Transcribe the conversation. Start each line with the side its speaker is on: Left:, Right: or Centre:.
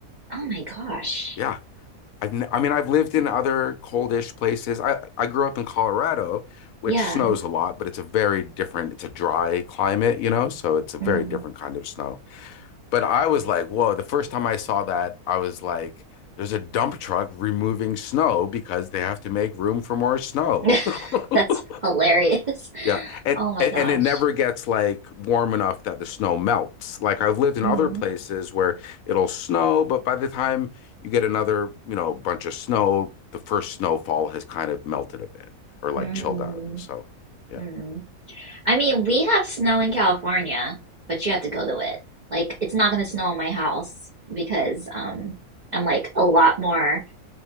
Right: Oh my gosh.
Left: Yeah, I've n- I mean I've lived in other coldish places. I I grew up in Colorado, which
Right: Yeah.
Left: snows a lot, but it's a very different. It's a dry climate, you know, so it's a very
Right: Mm.
Left: different kind of snow. But I was like, whoa, the first time I saw that, I was like, there's a dump truck removing snow because they have to make room for more snow.
Right: <laughs>
Left: <laughs>
Right: That's hilarious.
Left: Yeah. And,
Right: Oh my
Left: and
Right: gosh.
Left: and it never gets like warm enough that the snow melts. Like I've lived in
Right: Mm-hmm.
Left: other places where it'll snow, but by the time you get another, you know, bunch of snow, the first snowfall has kind of melted a bit or like
Right: Mm.
Left: chilled out. So, yeah.
Right: Mm. I mean, we have snow in California, but you have to go to it. Like, it's not gonna snow in my house because um I'm like a lot more